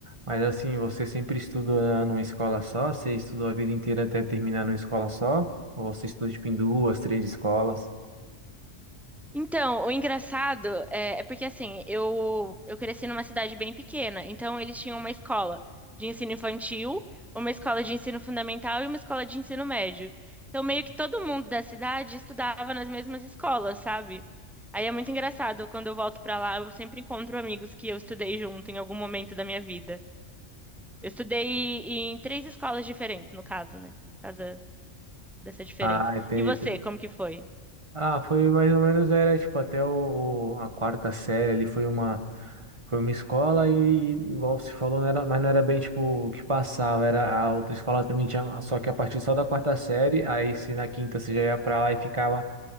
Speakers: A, on the right (about 25°); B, in the centre.
A: mas assim, você sempre estudou na- numa escola só? Você estudou a vida inteira até terminar numa escola só? Ou você estudou, tipo, em duas, três escolas?
B: Então, o engraçado é, é porque assim, eu, eu cresci numa cidade bem pequena, então eles tinham uma escola de ensino infantil, uma escola de ensino fundamental e uma escola de ensino médio. Então, meio que todo mundo da cidade estudava nas mesmas escolas, sabe? Aí é muito engraçado, quando eu volto pra lá, eu sempre encontro amigos que eu estudei junto em algum momento da minha vida. Eu estudei em três escolas diferentes, no caso, né? Por causa dessa diferença.
A: Ah, entendi.
B: E você, como que foi?
A: Ah, foi mais ou menos, era tipo até o, o- a quarta série ali foi uma foi uma escola e igual você falou, não era, mas não era bem tipo o que passava, era a outra escola também tinha, só que a partir só da quarta série, aí se na quinta você já ia pra lá e ficava